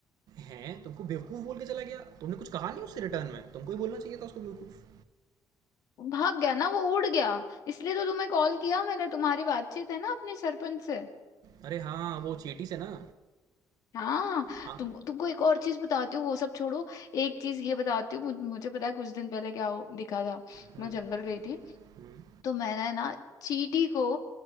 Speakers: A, on the right (about 75°); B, on the left (about 65°).
A: हैं तुमको बेवकूफ़ बोल के चला गया तुमने कुछ कहा नहीं उससे रिटर्न में तुमको ही बोलना चाहिए था उसको बेवकूफ़
B: वो भाग गया ना वो उड़ गया इसलिए तो तुम्हें कॉल किया मैंने तुम्हारी बातचीत है ना अपने सरपंच से
A: अरे हाँ वो चीटी से ना
B: हाँ
A: हाँ
B: तुम तुमको एक और चीज बताती हूँ वो सब छोड़ो एक चीज ये बताती हूँ मुझ- मुझे पता है कुछ दिन पहले क्या हो- दिखा था
A: हम्म,
B: मैं जंगल गई थी
A: हम्म,
B: तो मैंने ना चींटी को